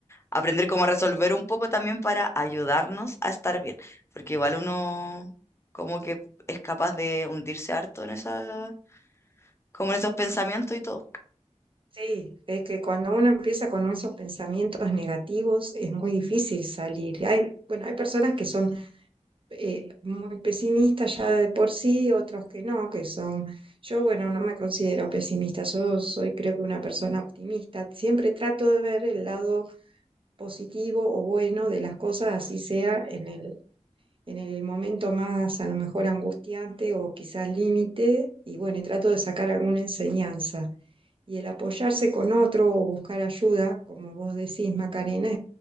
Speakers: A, on the left; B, on the right.
A: aprender cómo resolver un poco también para ayudarnos a estar bien, porque igual uno como que es capaz de hundirse harto en esa, como en esos pensamientos y todo.
B: Sí, es que cuando uno empieza con esos pensamientos negativos es muy difícil salir. Hay, bueno, hay personas que son eh, muy pesimistas ya de por sí, otros que no, que son... Yo, bueno, no me considero pesimista, yo soy creo que una persona optimista. Siempre trato de ver el lado positivo o bueno de las cosas, así sea en el, en el momento más a lo mejor angustiante o quizás límite, y bueno, y trato de sacar alguna enseñanza. Y el apoyarse con otro o buscar ayuda, como vos decís, Macarena,